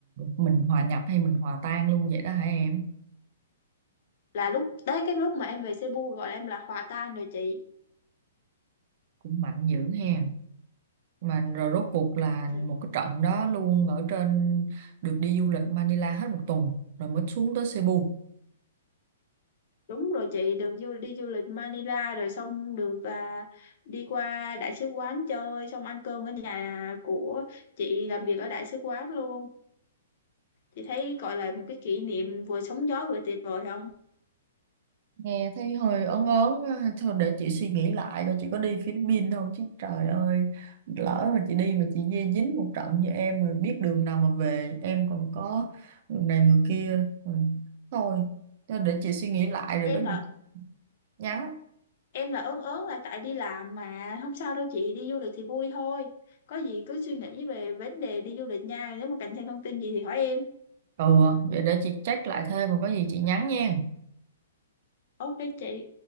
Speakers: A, on the right; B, on the left.
A: mình hòa nhập hay mình hòa tan luôn vậy đó hả em
B: là lúc tới cái lúc mà em về Cebu gọi em là hòa tan rồi chị
A: cũng mạnh dữ ha mà rồi rốt cuộc là
B: thì
A: một cái trận đó luôn ở trên được đi du lịch Manila hết một tuần rồi mới xuống tới Cebu
B: đúng rồi chị được du, đi du lịch Manila rồi xong được à, đi qua đại sứ quán chơi xong ăn cơm ở nhà của chị làm việc ở đại sứ quán luôn chị thấy gọi là một cái kỷ niệm vừa sóng gió vừa tuyệt vời không
A: nghe thấy hơi ớn ớn á. thôi để chị suy nghĩ lại coi chị có đi Philippines không chứ trời ơi lỡ mà chị đi mà chị dê dính một trận như em rồi biết đường nào mà về em còn có người này người kia ừ. thôi thôi để chị suy nghĩ lại rồi
B: em
A: có gì
B: là
A: nhắn
B: em là ớn ớn là tại đi làm mà không sao đâu chị đi du lịch thì vui thôi có gì cứ suy nghĩ về vấn đề đi du lịch nha nếu mà cần thêm thông tin gì thì hỏi em
A: ừ vậy để chị check lại thêm mà có gì chị nhắn nha
B: ok chị